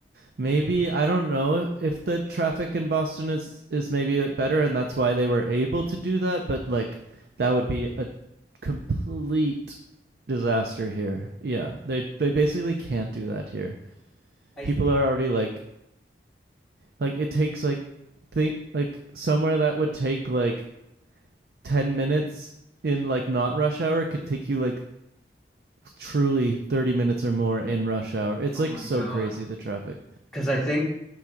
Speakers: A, on the right (about 60°); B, in the centre.
A: Maybe I don't know if the traffic in Boston is is maybe better, and that's why they were able to do that. But like that would be a complete disaster here. Yeah, they they basically can't do that here.
B: I
A: People
B: think
A: are already like like it takes like think like somewhere that would take like ten minutes in like not rush hour could take you like truly 30 minutes or more in rush hour. It's
B: Oh
A: like
B: my
A: so
B: God.
A: crazy the traffic.
B: because I think